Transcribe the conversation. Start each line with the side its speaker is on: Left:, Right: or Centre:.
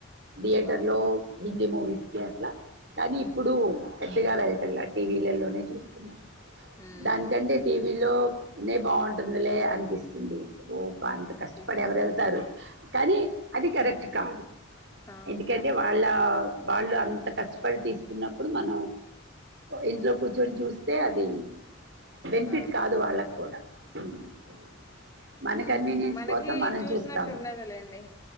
Right: దియేటర్
Left: ఆ
Right: లో హిందీ మూవీస్కి అట్లా కానీ ఇప్పుడు పెద్దగా వెళ్లాటంలా టీవీలల్లోనే చూస్తున్నాం
Left: హ్మ్
Right: దాన్ కంటే టీవీలో నే బాగుంట్ ఉందిలే అనిపిస్తుంది ఓ బా అంత
Left: ఓకే
Right: కష్టపడి ఎవరెళ్తారు కాని అది కరెక్ట్ కాదు
Left: ఆ
Right: ఎందుకంటే వాళ్ళ వాళ్ళు అంత్ అంత కష్టపడి తీస్తున్నప్పుడు మనం ఇంట్లో కూర్చొని చూస్ స్తే అది బెన్ఫిట్
Left: అవును
Right: కాదు వాళ్ళక్ కూడా <unintelligible> <inaudible> మన
Left: హ్మ్
Right: కన్వీనియన్స్
Left: మనకి
Right: కోసం మనం
Left: చూసినట్టు
Right: చూస్తాము
Left: ఉండదులేండి